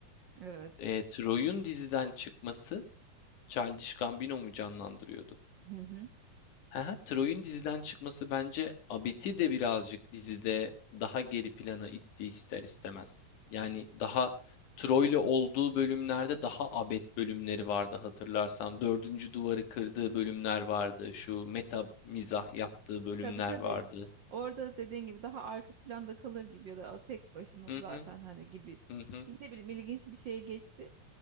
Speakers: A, on the right; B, on the left.
A: Evet.
B: E, Troy'un diziden çıkması Childish Gambino mu canlandırıyordu?
A: Hı hı.
B: Haha, Troy'un diziden çıkması bence Abed'i de birazcık dizide daha geri plana itti ister istemez. Yani daha Troy'le olduğu bölümlerde daha Abed bölümleri vardı hatırlarsan. Dördüncü duvarı kırdığı bölümler vardı. Şu meta mizah yaptığı bölümler
A: Tabii tabii.
B: vardı.
A: Orada dediğin gibi daha arka planda kalır gibi ya da o tek başına
B: Hı
A: zaten
B: hı,
A: hani gibi.
B: hı hı,
A: Ne bileyim ilginç bir şeye geçti.